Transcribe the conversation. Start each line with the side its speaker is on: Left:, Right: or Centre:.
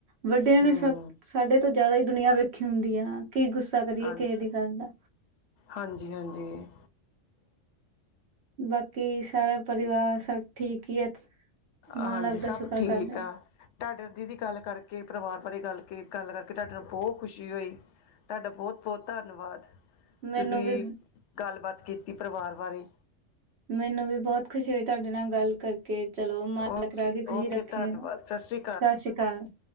Right: ਵੱਡਿਆਂ
Left: ਹਮ
Right: ਨੇ ਸਾਡੇ ਤੋਂ ਜ਼ਿਆਦਾ ਹੀ ਦੁਨੀਆਂ ਵੇਖੀ। ਹੁੰਦੀ ਆ, ਕੀ ਗੁੱਸਾ ਕਰੀਏ
Left: ਹਾਂਜੀ
Right: ਕਿਸੇ ਦੀ ਗੱਲ ਦਾ।
Left: ਹਾਂਜੀ ਹਾਂਜੀ।
Right: ਬਾਕੀ ਸਾਰਾ ਪਰਿਵਾਰ ਸਭ ਠੀਕ ਹੀ ਹੈ।
Left: ਹਾਂਜੀ
Right: ਮਾਲਕ
Left: ਸਭ
Right: ਦਾ ਸ਼ੁਕਰ
Left: ਠੀਕ
Right: ਕਰਦੇ
Left: ਆ। ਤੁਹਾਡੇ ਦੀਦੀ ਗੱਲ ਕਰਕੇ, ਪਰਿਵਾਰ ਬਾਰੇ ਗੱਲ ਕੇ ਗੱਲ ਕਰਕੇ, ਤੁਹਾਡੇ ਨਾਲ ਬਹੁਤ ਖੁਸ਼ੀ ਹੋਈ। ਤੁਹਾਡਾ ਬਹੁਤ ਬਹੁਤ ਧੰਨਵਾਦ,
Right: ਮੈਨੂੰ
Left: ਤੁਸੀਂ
Right: ਵੀ
Left: ਗੱਲਬਾਤ ਕੀਤੀ ਪਰਿਵਾਰ ਬਾਰੇ।
Right: ਮੈਨੂੰ ਵੀ ਬਹੁਤ ਖੁਸ਼ੀ ਹੋਈ ਤੁਹਾਡੇ ਨਾਲ ਗੱਲ ਕਰਕੇ। ਚਲੋ, ਮਾਲਕ
Left: ਓਕੇ
Right: ਰਾਜੀ ਖੁਸ਼ੀ
Left: ਓਕੇ
Right: ਰੱਖੇ,
Left: ਧੰਨਵਾਦ ਸ਼੍ਰੀ
Right: ਸਤਿ ਸ੍ਰੀ ਅਕਾਲ ਜੀ।